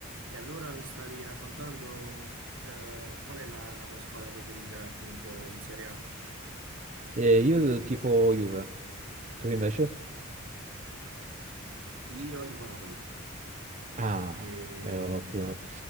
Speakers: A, on the right; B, on the right.
A: E allora mi stavi raccontando eh, qual è la, la tua squadra preferita appunto in Serie A?
B: E io tifo Juve, tu invece?
A: Io tifo Napoli.
B: Ah,
A: E,
B: beh, ottimo.
A: ehm,